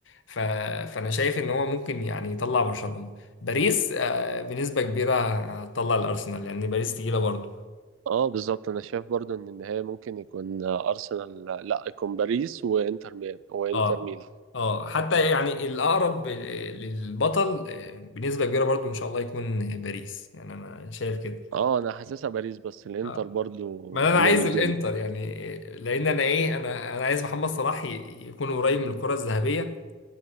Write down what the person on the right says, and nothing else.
اه بالظبط انا شايف برضو ان النهائي ممكن يكون ارسنال لا يكون باريس وانتر ميامي وانتر
ميلان
اه انا حاسسها باريس بس الانتر
برضو
جامد
جدا